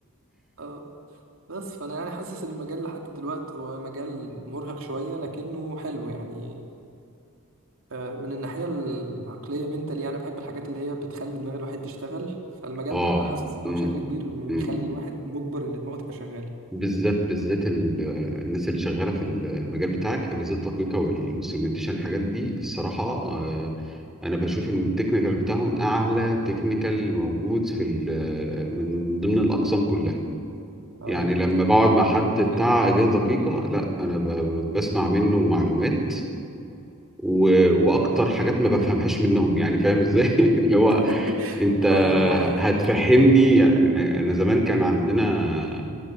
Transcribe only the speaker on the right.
اه بس فانا يعني حاسس المجال لحد دلوقتي هو مجال مرهق شويه لكنه حلو يعني آه، من الناحيه العقليه منتالي انا بحب الحاجات اللي هي بتخلي دماغ الواحد تشتغل فالمجال
ده حاسس ان
هو بشكل كبير مخلي
الواحد مجبر ان دماغه تبقى شغاله
اه
دي
دي
حقيقة
<laughs>
اه اللي هو